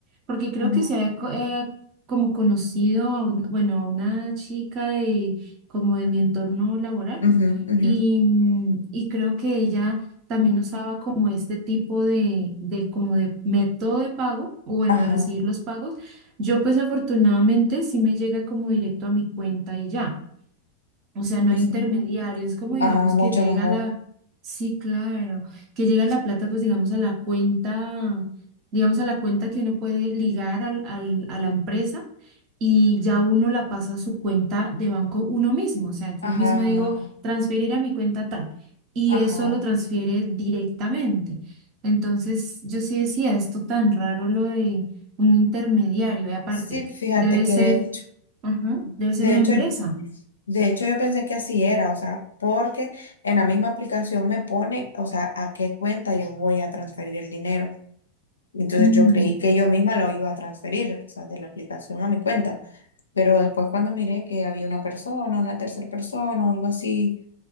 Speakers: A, on the right; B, on the left.
A: porque creo
B: Ujú,
A: que se había co- eh, como conocido, a un- bueno, a una chica de como de mi entorno laboral
B: Ujú, ujú.
A: Y, mm, y creo que ella también usaba como este tipo de, de, como de método de pago, o bueno,
B: Ajá,
A: de recibir los pagos. Yo pues afortunadamente sí me llega como directo a mi cuenta y ya. O sea, no
B: sí,
A: hay
B: sí.
A: intermediario, es como digamos
B: Ah, mucho
A: que llega
B: mejor.
A: la, sí, claro, que llega la plata pues digamos a la cuenta, digamos a la cuenta que uno puede ligar al, al- a la empresa y ya uno la pasa a su cuenta de banco uno mismo. O sea, yo
B: Ajá,
A: mismo digo,
B: ajá,
A: transferir a mi cuenta tal, y
B: ajá.
A: eso lo transfiere directamente. Entonces, yo sí decía, esto tan raro lo de un intermediario, y aparte,
B: Sí, fíjate
A: debe
B: que
A: ser,
B: de hecho,
A: ajá, debe ser
B: de
A: una
B: hecho,
A: empresa.
B: de hecho yo pensé que así era, o sea, porque en la misma aplicación me pone, o sea, a qué cuenta yo voy a transferir el dinero. Entonces
A: Mm,
B: yo creí que yo misma lo iba a transferir, o sea, de la aplicación a mi cuenta. Pero después cuando miré que había una persona, una tercera persona o algo así,